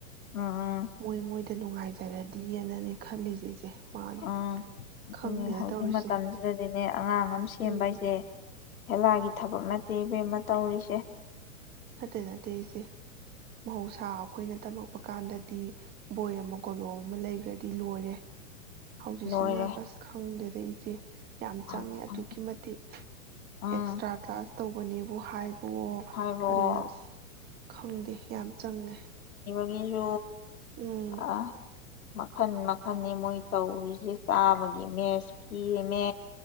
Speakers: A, on the left; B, on the right.
A: ꯎꯝ ꯎꯝ
B: ꯃꯣꯏ ꯃꯣꯏ ꯁꯤ ꯅꯨꯡꯉꯥꯏꯖꯔꯗꯤꯑꯅꯅꯦ ꯈꯜꯂꯤꯁꯦ ꯏꯆꯦ ꯃꯥꯅꯦ
A: ꯑꯥ ꯑꯗꯨꯅꯦ
B: ꯈꯪꯗꯦꯅ
A: ꯍꯧꯖꯤꯛ
B: ꯇꯧꯔꯤꯁꯦ
A: ꯃꯇꯝꯁꯤꯗꯗꯤꯅꯦ ꯑꯉꯥꯡ ꯑꯃ ꯁꯦꯝꯕ
B: ꯎꯝ
A: ꯍꯥꯏꯁꯦ ꯍꯦꯂꯥꯒꯤ ꯊꯕꯛ ꯅꯠꯇꯦ ꯏꯕꯦꯝꯃ ꯇꯧꯔꯤꯁꯦ
B: ꯅꯠꯇꯦ ꯅꯠꯇꯦ ꯏꯁꯦ ꯃꯍꯧꯁꯥ ꯑꯩꯈꯣꯏꯅ ꯇꯝꯃꯛꯄ ꯀꯥꯟꯗꯗꯤ ꯕꯣꯏ ꯑꯃ ꯀꯣꯂꯣꯝ ꯑꯃ ꯂꯩꯈ꯭ꯔꯗꯤ ꯂꯣꯏꯔꯦ ꯍꯧꯖꯤꯛꯁꯤꯅ
A: ꯂꯣꯏꯔꯦ
B: ꯑꯁ ꯈꯪꯗꯦꯗ ꯏꯆꯦ ꯌꯥꯝ
A: ꯈꯪꯗꯦ
B: ꯆꯪꯉꯦ
A: ꯈꯪꯗꯦ
B: ꯑꯗꯨꯛꯀꯤ ꯃꯇꯤꯛ
A: ꯎꯝ
B: ꯑꯦꯛꯁꯇ꯭ꯔꯥ ꯀ꯭ꯂꯥꯁ ꯇꯧꯕꯅꯦꯕꯨ ꯍꯥꯏꯕ
A: ꯍꯥꯏꯔꯛꯑꯣ
B: ꯄ ꯐꯔꯤ ꯑꯁ ꯈꯪꯗꯦ ꯌꯥꯝ ꯆꯪꯉꯦ
A: ꯃꯔꯨ
B: ꯎꯝ
A: ꯑ ꯃꯈꯜ ꯃꯈꯟꯅꯤ ꯃꯣꯏ ꯇꯧꯔꯤꯁꯦ ꯆꯥꯕꯒꯤ ꯃ ꯐꯤꯃꯦ